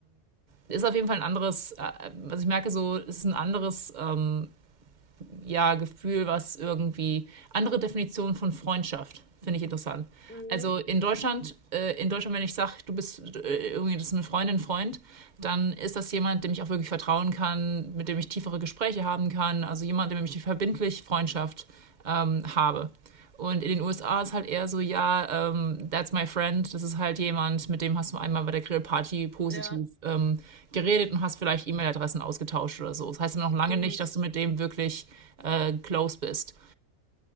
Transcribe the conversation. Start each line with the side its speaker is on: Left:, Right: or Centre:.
Right: Ist auf jeden Fall ein anderes, äh, was ich merke, so, es ist ein anderes ähm, ja, Gefühl, was irgendwie andere Definitionen von Freundschaft finde ich interessant.
Left: Mhm.
Right: Also in Deutschland, äh, in Deutschland, wenn ich sage, du bist äh, irgendwie das ist eine Freundin, Freund, dann ist das jemand, dem ich auch wirklich vertrauen kann, mit dem ich tiefere Gespräche haben kann, also jemand, mit dem ich verbindlich Freundschaft ähm, habe. Und in den USA ist halt eher so, ja, ähm, that's my friend. Das ist halt jemand, mit dem hast du einmal bei der Grillparty positiv
Left: Ja,
Right: ähm, geredet und hast vielleicht E-Mail-Adressen ausgetauscht oder so. Das heißt ja
Left: stimmt.
Right: noch lange nicht, dass du mit dem wirklich äh, close bist.